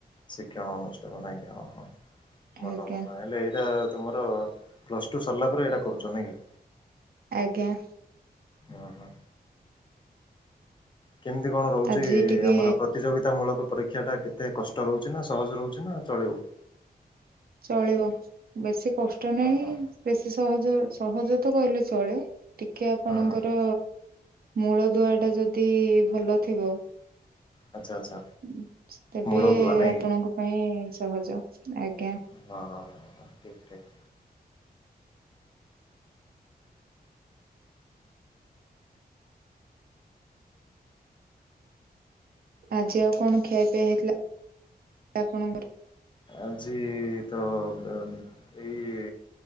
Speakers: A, on the left; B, on the right.
A: ଶିକ୍ଷଣ ଅନୁଷ୍ଠାନ ନାଇଁ କି ହଁ ହଁ। ଭଲ
B: ଆଜ୍ଞା
A: ଭଲ ହେଲେ ଏଇଟା ତୁମର ପ୍ଲସ୍ ଟୁ ସରିଲା ପରେ ଏଇଟା କରୁଚ ନାଇଁ କି?
B: ଆଜ୍ଞା।
A: ଓ ହୋ। କେମତି କଣ ରହୁଚି
B: ଆଜି ଟିକେ
A: ଆମର ପ୍ର ତିଯୋଗିତାମୂଳକ ପରୀକ୍ଷାଟା କେତେ କଷ୍ଟ ରହୁଚି ନା ସହଜ ରହୁଚି ନା ଚଳିବ?
B: ଚଳିବ ବେଶୀ କଷ୍ଟ
A: ହଁ
B: ନାହିଁ।
A: ହଁ
B: ବେଶୀ ସହଜ ସହଜ ତ କହିଲେ ଚଳେ। ଟିକେ ଆପଣଙ୍କର
A: ହୁଁ
B: ମୂଳଦୁଆଟା ଯଦି ଭଲ ଥିବ
A: ଆଚ୍ଛା ଆଚ୍ଛା
B: ଉଁ ତେବେ
A: ମୂଳଦୁଆ ନାଇଁ
B: ଆପଣଙ୍କ
A: କି
B: ପାଇଁ ସହଜ। ଆଜ୍ଞା।
A: ହଁ ହଁ ହଁ ହଁ ଠିକ୍ ଠିକ୍।
B: ଆଜି ଆଉ କଣ ଖିଆ ପିଆ ହେଇଥିଲା ଆପଣଙ୍କର?
A: ଆଜି ତ ଆ ଏଇ